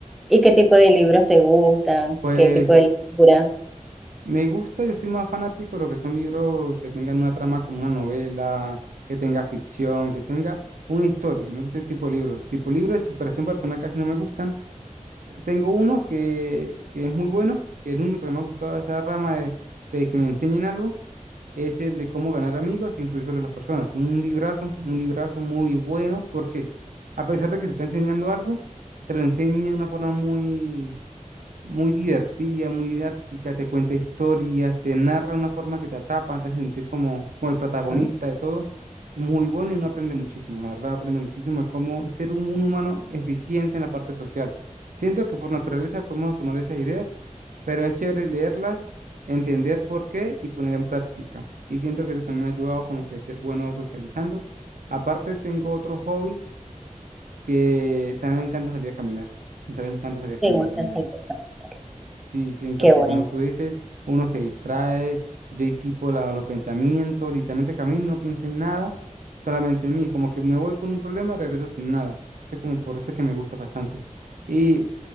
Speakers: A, in the centre; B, on the right.
A: y qué tipo de libros te gustan?
B: Pues
A: ¿Qué tipo de lectura?
B: me gusta, yo soy más fanático de lo que son libros que tengan una trama como una novela, que tenga ficción, que tenga una historia. Me gusta ese tipo de libros. Tipo libros de superación personal casi no me gustan. Tengo uno que, que es muy bueno, que es el único que me ha gustado de esa rama de, de que me enseñen algo es el de cómo ganar amigos e influir sobre las personas. Un librazo, un librazo muy bueno, porque a pesar de que te está enseñando algo, te lo enseña de una forma muy, muy divertida, muy didáctica, te cuenta historias, te narra de una forma que te atrapa, te hace sentir como, como el protagonista
A: Ujú,
B: de todo. Muy bueno y uno aprende muchísimo, la verdad, aprende muchísimo de cómo ser un, un humano eficiente en la parte social. Siento que por naturaleza podemos tomar esas ideas, pero es chévere leerlas, entender por qué y poner en práctica. Y siento que eso también me ha ayudado como que a ser bueno socializando. Aparte, tengo otros hobbies que también me encanta salir a caminar. Me sale- me encanta salir a caminar
A: ¿Te gusta
B: también.
A: salir a caminar?
B: Sí, siento
A: Qué
B: que
A: bueno.
B: como tú dices, uno se distrae, yo disipo la- los pensamientos, literalmente camino, no pienso en nada, solamente en mí, como que me voy con un problema y regreso sin nada. Eso es como por eso es que me gusta bastante. Y